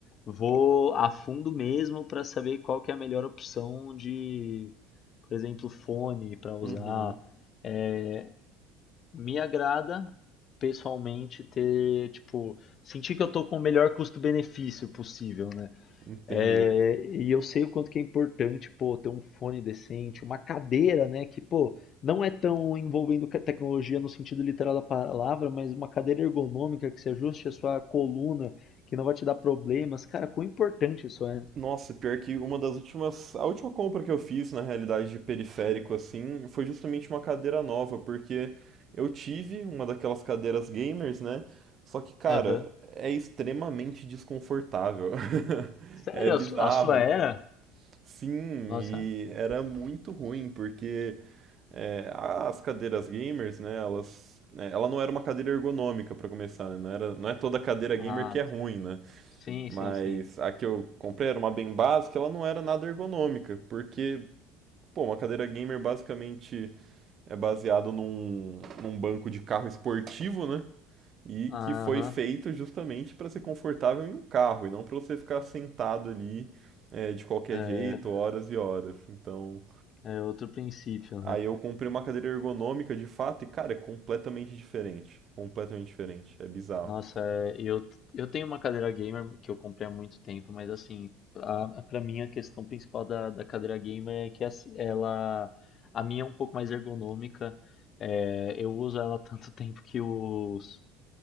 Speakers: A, on the left; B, on the right.
A: vou a fundo mesmo para saber qual que é a melhor opção de, por exemplo, fone para usar.
B: Uhum,
A: É, me agrada pessoalmente ter, tipo, sentir que eu tô com o melhor custo-benefício possível, né?
B: entendo.
A: É, e eu sei o quanto que é importante, pô, ter um fone decente, uma cadeira, né, que, pô, não é tão envolvendo ca- tecnologia no sentido literal da palavra, mas uma cadeira ergonômica que se ajuste à sua coluna, que não vai te dar problemas. Cara, quão importante isso é.
B: Nossa, pior que uma das últimas. A última compra que eu fiz, na realidade, de periférico, assim, foi justamente uma cadeira nova, porque eu tive uma daquelas cadeiras gamers, né? Só que, cara,
A: Aham.
B: é extremamente desconfortável. <laughs>
A: Sério,
B: É bizarro.
A: a su- a sua era?
B: Sim,
A: Nossa.
B: e era muito ruim, porque É, as cadeiras gamers, né, elas, né, ela não era uma cadeira ergonômica para começar, né, não era, não é toda cadeira gamer
A: Ah,
B: que é ruim, né?
A: sim,
B: Mas
A: sim, sim.
B: a que eu comprei era uma bem básica, ela não era nada ergonômica, porque Pô, uma cadeira gamer basicamente é baseado num, num banco de carro esportivo, né? E
A: Aham.
B: que foi feito justamente para ser confortável em um carro e não para você ficar sentado ali é, de qualquer
A: É,
B: jeito, horas e horas. Então,
A: é outro princípio,
B: Aí
A: né?
B: eu comprei uma cadeira ergonômica de fato e, cara, é completamente diferente. Completamente diferente. É bizarro.
A: Nossa, é, eu, eu tenho uma cadeira gamer que eu comprei há muito tempo, mas assim, a, a- pra mim a questão principal da, da cadeira gamer é que as- ela, a minha é um pouco mais ergonômica, é, eu uso ela <laughs> há tanto tempo que os,